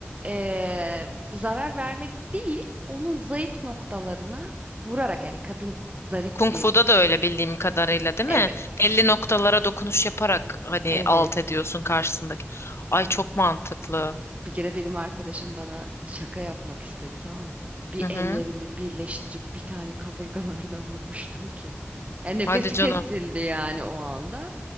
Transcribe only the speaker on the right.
e, zarar vermek değil, onun zayıf noktalarına vurarak yani kadın zariftir.
El-
Evet,
evet.
Bir kere benim arkadaşım bana şaka yapmak istedi tamam mı? Bir
ellerimi birleştirip bir tane kaburgalarına vurmuştum ki. Yani nefesi
kesildi yani o anda.